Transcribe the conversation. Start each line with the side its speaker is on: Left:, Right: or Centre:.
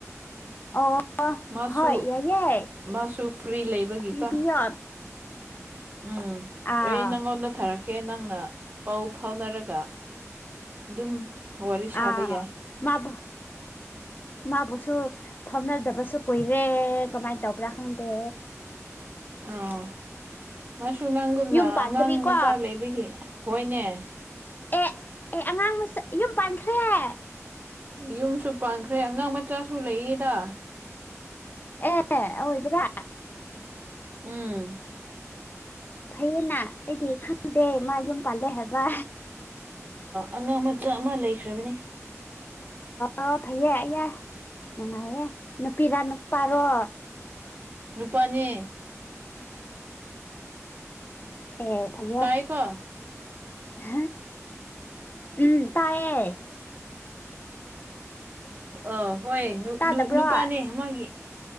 Left: ꯑꯣ
Right: ꯃꯥꯁꯨ
Left: ꯍꯣꯏ ꯌꯥꯏꯌꯦ
Right: ꯃꯥꯁꯨ ꯐ꯭ꯔꯤ ꯂꯩꯕꯒꯤꯀꯣ
Left: ꯄꯤꯕꯤꯌꯣ
Right: ꯎꯝ
Left: ꯑꯥꯎ
Right: ꯑꯩ ꯅꯉꯣꯟꯗ ꯊꯔꯛ ꯀꯦ ꯅꯪꯅ ꯄꯥꯎ ꯐꯥꯎꯅꯔꯒ ꯑꯗꯨꯝ ꯋꯥꯔꯤ ꯁꯥꯕ
Left: ꯑꯥꯎ
Right: ꯌꯥꯏ
Left: ꯃꯥꯕꯨ ꯃꯥꯕꯨꯁꯨ ꯐꯥꯎꯅꯗꯕꯁꯨ ꯀꯨꯏꯔꯦ ꯀꯃꯥꯏꯅ ꯇꯧꯕ꯭ꯔꯥ ꯈꯪꯗꯦ
Right: ꯑꯣ ꯃꯥꯁꯨ ꯅꯪꯒꯨꯝꯅ
Left: ꯌꯨꯝ ꯄꯥꯟꯗ꯭ꯔꯤꯀꯣ
Right: ꯑꯉꯥꯡ ꯃꯆꯥ ꯂꯩꯕꯒꯤ ꯍꯣꯏꯅꯦ
Left: ꯑꯦ ꯑꯦ ꯑꯉꯥꯡ ꯃꯆꯥ <unintelligible>
Right: ꯌꯨꯝꯁꯨ ꯄꯥꯟꯈ꯭ꯔꯦ ꯑꯉꯥꯡ ꯃꯆꯥꯁꯨ ꯂꯩꯌꯦꯗ
Left: ꯑꯦ ꯑꯋꯣꯢꯕ꯭ꯔꯥ
Right: ꯎꯝ
Left: ꯐꯩꯌꯦꯅ ꯑꯩꯗꯤ ꯈꯪꯗꯦ ꯃꯥ ꯌꯨꯝ ꯄꯥꯜꯂꯦ ꯍꯥꯏꯕ
Right: ꯑꯉꯥꯡ ꯃꯆꯥ ꯑꯃ ꯂꯩꯈ꯭ꯔꯕꯅꯤ
Left: ꯑꯣ ꯐꯩꯌꯦ ꯑꯩꯌꯥ ꯅꯨꯡꯉꯥꯏꯌꯦ ꯅꯨꯄꯤꯔꯥ ꯅꯨꯄꯥꯔꯣ
Right: ꯅꯨꯄꯥꯅꯤ
Left: ꯑꯦ ꯐꯩꯌꯦ
Right: ꯇꯥꯏꯀꯣ
Left: ꯍꯥ ꯎꯝ ꯇꯥꯢꯌꯦ
Right: ꯑ ꯍꯣꯏ
Left: ꯇꯥꯗꯕ꯭ꯔꯣ
Right: ꯅꯨ ꯅꯨꯄꯥꯅꯦ
Left: ꯑꯥ
Right: ꯃꯥꯒꯤ